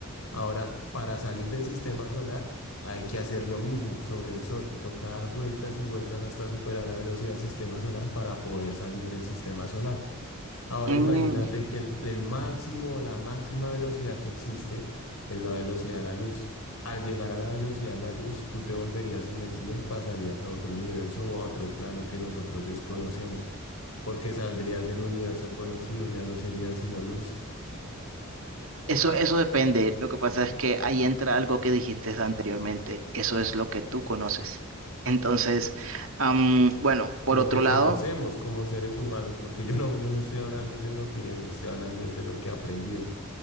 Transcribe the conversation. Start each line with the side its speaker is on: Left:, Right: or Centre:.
Left: Ahora, para salir del sistema solar, hay que hacer lo mismo sobre el Sol, toca dar vueltas y vueltas hasta superar la velocidad del sistema solar para poder salir del sistema solar. Ahora
Right: Mm,
Left: imagínate que el, el máximo, la máxima velocidad que existe es la velocidad de la luz. Al llegar a la velocidad de la luz, tú te volverías energía y pasarías a otro universo o a otro plano que nosotros desconocemos, porque saldrías del universo conocido, ya no sería sino luz.
Right: eso, eso depende. Lo que pasa es que ahí entra algo que dijiste anteriormente. Eso es lo que tú conoces. Entonces, am, bueno, por
Left: lo
Right: otro
Left: que
Right: lado,
Left: conocemos como seres humanos, porque yo no, yo no estoy hablando desde mi opinión, yo estoy hablando desde lo que he aprendido.